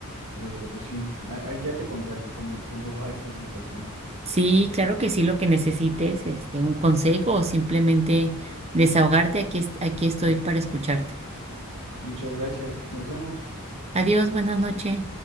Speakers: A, on the right (about 80°); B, on the right (about 30°).
A: Eh, pues sí, a- a- ya te contaré cómo, cómo <laughs> va esta situación.
B: Sí, claro que sí, lo que necesites, este, un consejo o simplemente desahogarte, aquí, est- aquí estoy para escucharte.
A: Muchas gracias, nos vemos.
B: Adiós, buenas noches.